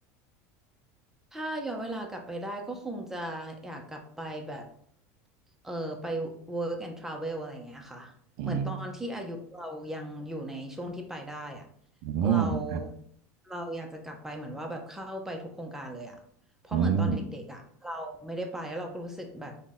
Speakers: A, in the centre; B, on the right (about 65°).
A: ถ้าย้อนเวลากลับไปได้ก็คงจะอยากกลับไปแบบเออไป work and travel อะไรอย่างเงี้ยค่ะเหมือนตอนที่อายุเรายังอยู่ในช่วงที่ไปได้อะ
B: อืมอ๋อครับ
A: เราเราอยากจะกลับไปเหมือนว่าแบบเข้าไปทุกโครงการเลยอะเพราะเหมือนตอนเด็กๆอะเราไม่ได้ไปแล้วเราก็รู้สึกแบบ
B: อืม